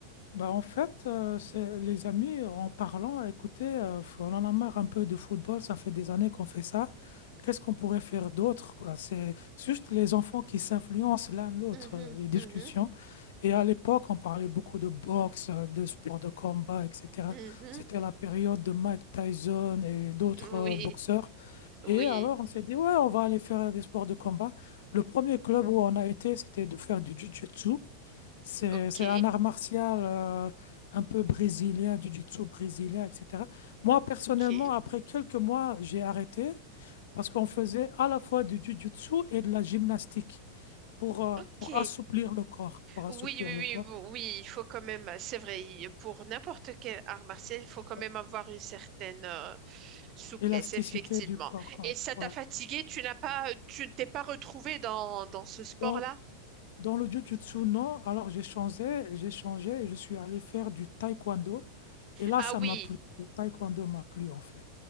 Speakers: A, on the left (about 55°); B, on the right (about 35°).
A: Bah en fait, euh, c'est les amis, en parlant, écoutez, euh, faut- on en a marre un peu de football, ça fait des années qu'on fait ça. Qu'est-ce qu'on pourrait faire d'autre, quoi? C'est juste les enfants qui s'influencent l'un l'autre,
B: Mhm,
A: euh, les discussions.
B: mhm,
A: Et à l'époque, on parlait beaucoup de boxe, euh, de sport de combat, etc.
B: mhm.
A: C'était la période de Mike Tyson et d'autres
B: Oui,
A: euh, boxeurs. Et
B: oui.
A: alors, on s'est dit, ouais, on va aller faire des sports de combat. Le premier club où on a été, c'était de faire du jiu-jitsu. C'est,
B: Ok,
A: c'est un art martial euh, un peu brésilien, du jiu-jitsu brésilien, etc. Moi, personnellement,
B: Ok,
A: après quelques mois, j'ai arrêté parce qu'on faisait à la fois du jiu-jitsu et de la gymnastique pour, euh,
B: ok.
A: pour assouplir le corps, pour assouplir
B: Oui, oui,
A: le
B: oui,
A: corps,
B: bon, oui, il faut quand même, c'est vrai, il- pour n'importe quel art martial, il faut quand
A: Ouais.
B: même avoir une certaine euh, souplesse,
A: élasticité
B: effectivement.
A: du corps, quoi.
B: Et ça
A: Ouais.
B: t'a fatigué, tu n'as pas, tu ne t'es pas retrouvé dans, dans ce sport-là?
A: Dans, dans le jiu-jitsu, non. Alors, j'ai changé, j'ai changé et je suis allé faire du taekwondo. Et là,
B: Ah
A: ça
B: oui,
A: m'a plu. Le taekwondo m'a plu, en fait.